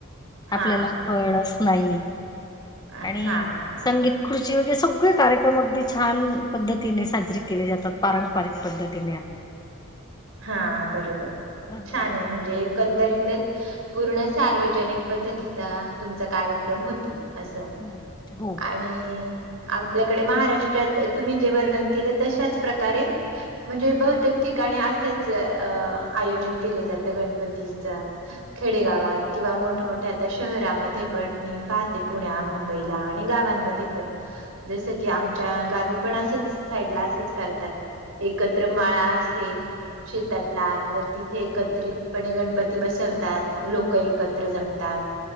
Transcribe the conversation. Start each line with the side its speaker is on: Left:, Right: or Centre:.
Right: हा
Left: आपल्याला फळच नाही
Right: हा
Left: आणि
Right: हा
Left: संगीत खुर्ची वगैरे सगळे कार्यक्रम अगदी छान पद्धतीने साजरी केले जात तात पारंपरिक पद्धतीने आहे.
Right: हा बरोबर आहे
Left: हो
Right: छान हे म्हणजे एक कंदरीतच पूर्ण सार्वजनिक पद्धतीचा तुमचा कार्यक्रम होतो. असं
Left: हम्म हो
Right: आणि आपल्याकडे महाराष्ट्रात तुम्ही जे वर्णन केलं तशाच प्रकारे म्हणजे बहुतेक ठिकाणी असंच अ आयोजन केलं जातं गणपतीच. खेडे गावात
Left: हो
Right: किंवा मोठ मोठ्या आता शहरामध्ये पण मी पाहते पुण्या मुंबईला आणि गावांमध्ये पण जस
Left: हम्म
Right: की आमच्या गावी पण असच साईडला असच करतात एकत्र माळा असेल शेतातला तर तिथे एकत्रितपणे गणपती बसवतात लोक एकत्र जमतात